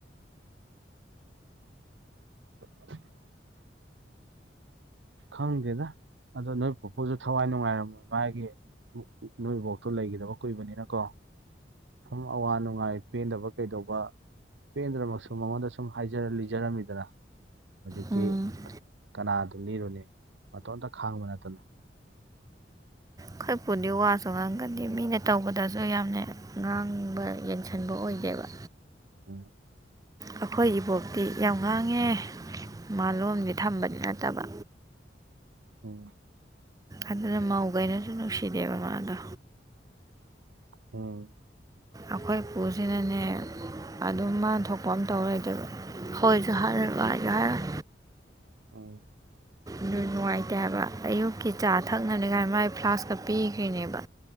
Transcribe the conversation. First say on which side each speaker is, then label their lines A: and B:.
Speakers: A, on the right (about 85°); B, on the right (about 20°).
A: <inaudible> ꯈꯪꯗꯦꯗ ꯑꯗꯣ ꯅꯣꯏ ꯄꯨꯄꯨꯖꯨ ꯊꯋꯥꯏ ꯅꯨꯡꯉꯥꯏꯔꯝꯃꯣꯏ ꯃꯥꯒꯤ ꯅꯣꯏ ꯕꯣꯛꯇꯣ ꯂꯩꯒꯤꯗꯕ ꯀꯨꯏꯕꯅꯤꯅ ꯀꯣ ꯁꯨꯝ ꯑꯋꯥ ꯅꯨꯡꯉꯥꯏ ꯄꯦꯟꯗꯕ ꯀꯩꯗꯧꯕ ꯄꯦꯟꯗ꯭ꯔꯃꯛꯁꯨ ꯃꯉꯣꯟꯗ ꯁꯨꯝ ꯍꯥꯏꯖꯔ ꯂꯤꯖꯔꯝꯃꯤꯗꯅ ꯍꯧꯖꯤꯛꯇꯤ
B: ꯎꯝ ꯎꯝ
A: ꯀꯅꯥꯗ ꯂꯤꯔꯨꯅꯤ ꯃꯇꯣꯟꯇ ꯈꯥꯡꯕ ꯅꯠꯇꯅ
B: ꯑꯈꯣꯏ ꯄꯨꯗꯤ ꯋꯥꯁꯨ ꯉꯥꯡꯒꯟꯗꯦ ꯃꯤꯅ ꯇꯧꯕꯗꯁꯨ ꯌꯥꯝꯅ ꯉꯥꯡꯕ ꯌꯦꯡꯁꯟꯕ ꯑꯣꯏꯗꯦꯕ
A: ꯎꯝ
B: ꯑꯩꯈꯣꯏ ꯏꯕꯣꯛꯇꯤ ꯌꯥꯝ ꯉꯥꯡꯉꯦ ꯃꯥꯂꯣꯝꯗꯤ ꯊꯝꯕꯗꯤ ꯅꯠꯇꯕ
A: ꯎꯝ
B: ꯑꯗꯨꯅ ꯃꯧꯒꯩꯅꯁꯨ ꯅꯨꯡꯁꯤꯗꯦꯕ ꯃꯥꯗꯣ
A: ꯎꯝ
B: ꯑꯈꯣꯏ ꯄꯨꯖꯤꯅꯅꯦ ꯑꯗꯨꯝ ꯃꯥꯥꯅ ꯊꯣꯛꯄ ꯑꯃ ꯇꯧ ꯂꯩꯗꯣꯏꯕ ꯍꯣꯏꯖꯨ ꯍꯥꯏꯔꯣꯏ ꯃꯥꯏꯖꯨ ꯍꯥꯏꯔꯣꯏ
A: ꯑꯣ
B: ꯑꯗꯨ ꯅꯨꯡꯉꯥꯏꯇꯦ ꯍꯥꯏꯕ ꯑꯌꯨꯛꯀꯤ ꯆꯥ ꯊꯛꯅꯅꯤꯉꯥꯏ ꯃꯥꯏ ꯐ꯭ꯂꯥꯛꯁꯀ ꯄꯤꯈ꯭ꯔꯤꯅꯦꯕ